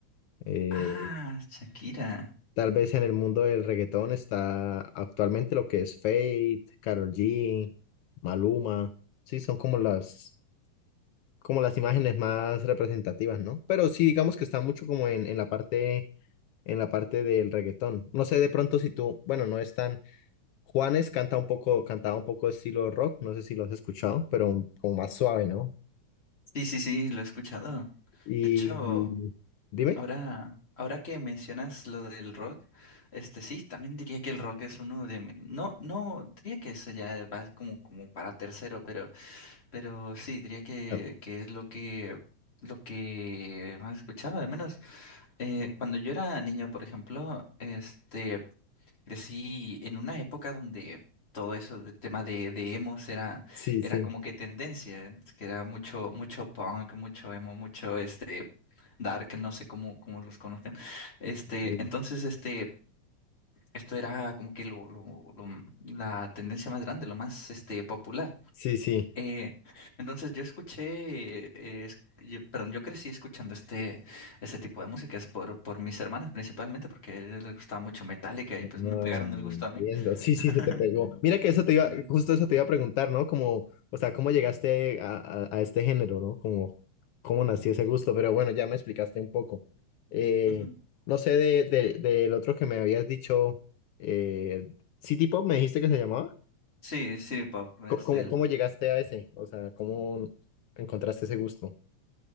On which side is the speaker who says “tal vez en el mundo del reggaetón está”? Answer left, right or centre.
Left